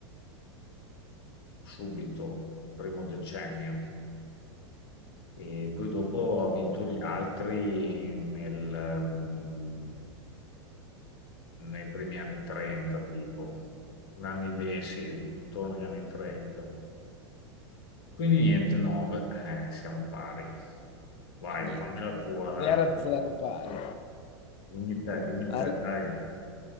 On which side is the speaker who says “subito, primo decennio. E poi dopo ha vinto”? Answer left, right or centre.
Left